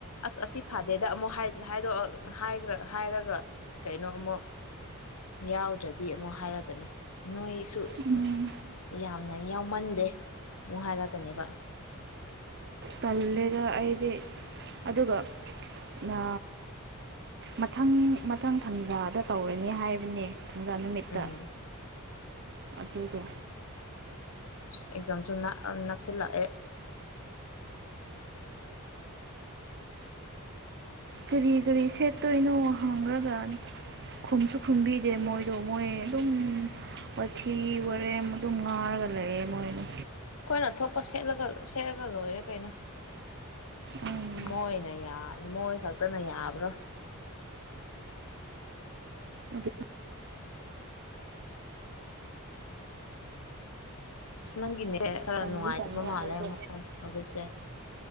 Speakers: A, on the left; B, on the right.
A: ꯑꯁ ꯑꯁꯤ ꯐꯥꯗꯦꯗ ꯑꯃꯨꯛ ꯍꯥꯏ ꯍꯥꯏꯗꯣꯛꯑ ꯍꯥꯏꯈ꯭ꯔ ꯍꯥꯏꯔꯒ ꯀꯩꯅꯣ ꯑꯃꯨꯛ ꯌꯥꯎꯗ꯭ꯔꯗꯤ ꯑꯃꯨꯛ ꯍꯥꯏꯔꯛꯀꯅꯤ ꯅꯣꯏ ꯁꯨ
B: ꯎꯝ
A: ꯑꯁ ꯌꯥꯝ ꯌꯥꯝꯅ ꯌꯥꯎꯃꯟꯗꯦ ꯑꯃꯨꯛ ꯍꯥꯏꯔꯛꯀꯅꯦꯕ
B: ꯇꯜꯂꯦꯗ ꯑꯩꯗꯤ ꯑꯗꯨꯒ ꯅꯥ ꯃꯊꯪ ꯃꯊꯪ ꯊꯪꯖꯥꯗ ꯇꯧꯔꯅꯤ ꯍꯥꯏꯕꯅꯦ ꯊꯪꯖꯥ ꯅꯨꯃꯤꯠꯇ
A: ꯎꯝ
B: ꯑꯗꯨꯒ
A: ꯏꯁ ꯑꯦꯛꯖꯥꯝꯁꯨ ꯅꯥꯛ ꯑ ꯅꯥꯛꯁꯤꯂꯛꯑꯦ
B: ꯀꯔꯤ ꯀꯔꯤ ꯁꯦꯠꯇꯣꯏꯅꯣ ꯍꯥꯡꯒ꯭ꯔꯒ ꯈꯨꯝꯁꯨ ꯈꯨꯝꯕꯤꯗꯦ ꯃꯣꯏꯗꯣ ꯃꯣꯏ ꯑꯗꯨꯝ ꯋꯥꯊꯤ ꯋꯥꯔꯦꯝ ꯑꯗꯨꯝ ꯉꯥꯔꯒ ꯂꯩꯌꯦ ꯃꯣꯏꯗꯣ
A: ꯑꯩꯈꯣꯏꯅ ꯊꯣꯛꯄ ꯁꯦꯠꯂꯒ ꯁꯦꯠꯂꯒ ꯂꯣꯏꯔꯦ ꯀꯩꯅꯣ
B: ꯎꯝ
A: ꯃꯣꯏꯅ ꯌꯥ ꯃꯣꯏ ꯈꯛꯇꯅ ꯌꯥꯕ꯭ꯔꯣ
B: ꯑꯗꯨ
A: ꯑꯁ ꯅꯪꯒꯤ ꯅꯦꯠ ꯈꯔ
B: ꯇꯟꯗꯤ
A: ꯅꯨꯡꯉꯥꯏꯇꯕ
B: ꯇꯟꯂꯦ
A: ꯃꯥꯜꯂꯦ
B: ꯑꯩꯀꯣ
A: ꯍ ꯍꯧꯖꯤꯛꯁꯦ